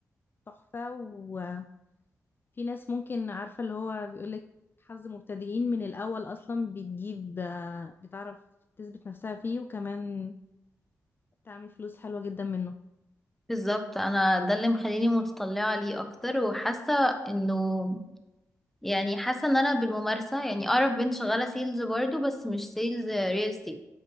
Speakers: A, on the left (about 35°); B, in the centre.
A: تحفة وفي ناس ممكن عارفة اللي هو بيقولك حظ مبتدئين من الاول اصلا بتجيب آه، بتعرف تثبت نفسها فيه وكمان تعمل فلوس حلوة جدا منه
B: بالظبط انا ده اللي مخليني متطلعه ليه اكتر وحاسه انه يعني حاسه ان انا بالممارسه يعني اعرف بنت شغاله سيلز برضو بس مش سيلز ريل استيت